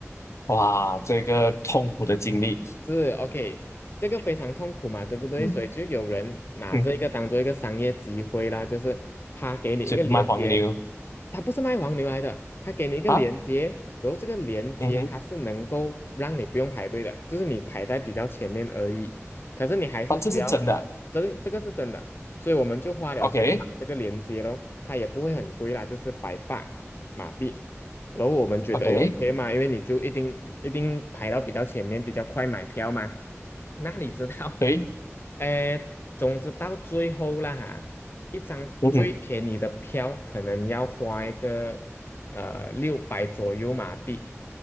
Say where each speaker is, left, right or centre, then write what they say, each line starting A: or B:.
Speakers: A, on the left; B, on the left.
A: 哇，这个痛苦的经历，
B: 是 OK，这个非常痛苦嘛，对不对？
A: 嗯
B: 所以就有人拿这个当做一个商业机会啦，
A: 嗯，
B: 就是他给你一个连接，
A: 就以卖黄牛
B: 它不是卖黄牛来的，它给你一个连接，
A: 啊，
B: 然后这个连接它是能够让你不用排队的，
A: 嗯哼，
B: 就是你排在比较前面而已。可是你还是需要，
A: 啊，这是真的
B: 这个这个是真的，所以我们就花了钱买这个连接咯，
A: o k
B: 它也不会很贵啦，就是百八马币。然后我们觉得哎
A: OK，
B: OK 嘛，因为你就一定一定排到比较前面，比较快买票嘛。哪里知道，
A: 对，
B: <laughs> 哎总之到最后啦哈，一张最便宜的票可能要花一个呃六百左右马币，
A: 嗯哼，